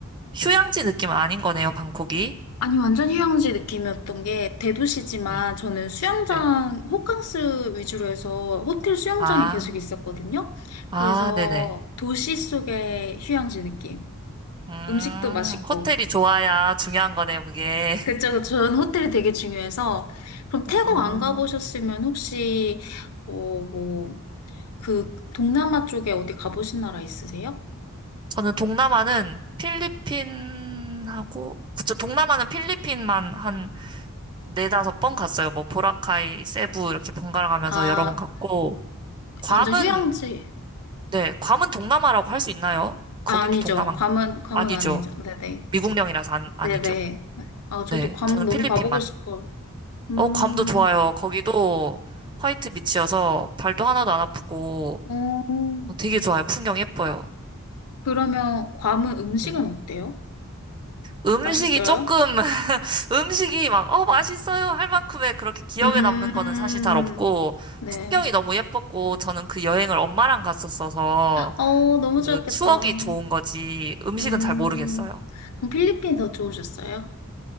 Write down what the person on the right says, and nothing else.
휴양지 느낌은 아닌 거네요, 방콕이.
음,
네.
아,
아,
네네.
음,
호텔이 좋아야 중요한 거네요, 그게.
<laughs> 어,
저는 동남아는 필리핀하고, 그쵸, 동남아는 필리핀만 한 네다섯 번 갔어요. 뭐 보라카이, 세부 이렇게 번갈아 가면서
여러 번 갔고 괌은
네, 괌은 동남아라고 할 수 있나요? 거기도
동남아인가?
아니죠.
미국령이라서 안, 아니죠.
네,
저는
필리핀만.
어, 괌도 좋아요. 거기도 화이트 비치여서 발도 하나도 안 아프고
어, 되게 좋아요. 풍경 예뻐요.
네.
음식이
조금 <laughs> 음식이 막 어 맛있어요 할 만큼의 그렇게 기억에
남는 거는 사실 잘 없고
풍경이 너무 예뻤고 저는 그 여행을 엄마랑 갔었어서
그
추억이 좋은 거지 음식은
잘 모르겠어요.